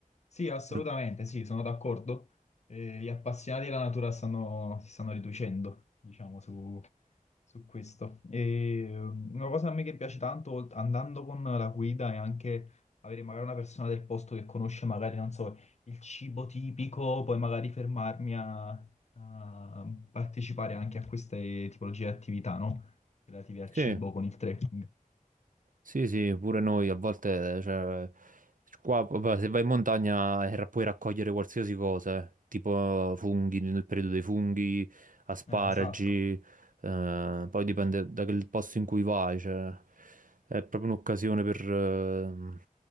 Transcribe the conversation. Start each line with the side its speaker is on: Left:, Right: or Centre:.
Left: Sì, assolutamente,
Right: Mol-
Left: sì, sono d'accordo. Eh, gli appassionati della natura stanno- si stanno riducendo, diciamo, su, su questo. E, um, una cosa a me che piace tanto, olt- andando con la guida, è anche avere magari una persona del posto che conosce magari, non so, il cibo tipico, poi magari fermarmi a, a partecipare anche a queste tipologie di attività, no? Relative al
Right: Sì.
Left: cibo con il trekking.
Right: Sì, sì, pure noi a volte, cioè, qua vabbè, se vai in montagna eh, ra- puoi raccogliere qualsiasi cosa, eh, tipo funghi, nel periodo dei funghi, asparagi,
Left: Eh, esatto,
Right: eh, poi dipende dal posto in cui vai, cioè, è proprio un'occasione per, eh,